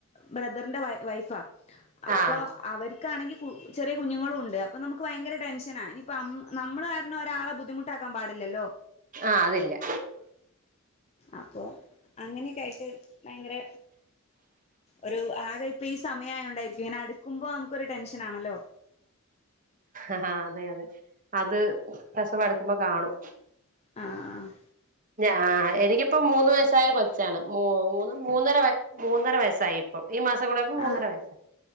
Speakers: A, on the left; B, on the right.
A: ബ്രദറിന്റെ വൈഫാ അപ്പൊ
B: ആ
A: അവർക്കാണെങ്കി കു ചെറിയ കുഞ്ഞുങ്ങളും ണ്ട് അപ്പൊ നമുക്ക് ഭയങ്കര ടെൻഷനാ ഇനിയിപ്പ നമ്മള് കാരണം ഒരാളെ ബുദ്ധിമുട്ടാക്കാൻ പാടില്ലല്ലോ
B: ആ അതില്ല
A: അപ്പോൾ അങ്ങനെയൊക്കൊയിട്ട് ഭയങ്കര ഒരു ആകെ ഇപ്പൊ ഈ സമയ ആയോണ്ടായിരിക്കും ഇങ്ങനെ അടുക്കുമ്പോ നമുക്കൊരു ടെൻഷൻ ആണല്ലോ
B: ആ അതെ അതെ അത് പ്രസവ അ ടുക്കുമ്പോ കാണും
A: ആ ആ
B: ഞ എനിക്കിപ്പോ മൂന്ന് വയ സാ യ കൊച്ചാണ് മൂന്ന് മൂന്നര മൂന്നര വയസ്സായി ഇപ്പം ഈ മാസം കൂടെയായപ്പോ മൂന്നര
A: ആ
B: വയസ്സായി